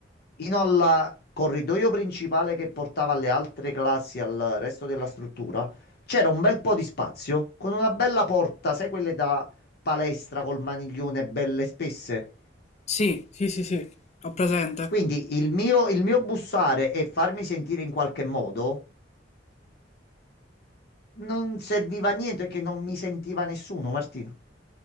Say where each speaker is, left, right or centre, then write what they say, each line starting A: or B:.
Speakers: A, on the left; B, on the left.
A: fino al corridoio principale che portava alle altre classi, al resto della struttura, c'era un bel po' di spazio con una bella porta, sai quelle da palestra col maniglione belle spesse?
B: sì, sì, sì, sì, ho presente.
A: Quindi il mio, il mio bussare e farmi sentire in qualche modo non serviva a niente che non mi sentiva nessuno, Martino.